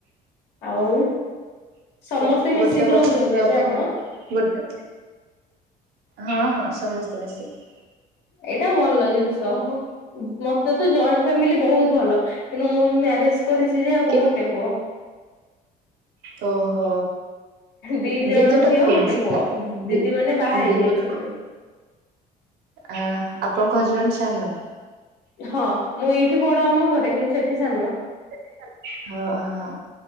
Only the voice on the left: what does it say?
ଆଉ ସମସ୍ତେ
ମିଶିକି
ରହୁଛନ୍ତି
ଏବେ
ଆପଣ?
ଏଇଟା ଭଲ ଜିନିଷ ହଁ। ମତେତ ଜଏଣ୍ଟ ଫ୍ୟାମିଲି ବହୁତ୍ ଭଲ କିନ୍ତୁ ମୁଁ ମ୍ୟାରେଜ୍ କରିଚି ଯାହାକୁ
ଗୋଟେ ପୁଅ।
ଦି ଜଣ
ଝିଅ
ଗୋଟେ ପୁଅ ଦିଦି
ମାନେ ବାହା ହେଇଯାଇଛନ୍ତି
ହଁ ମୁଁ ଏଇଠି ବଡ଼ ଆମଘରେ କିନ୍ତୁ ସେଠି ସାନ।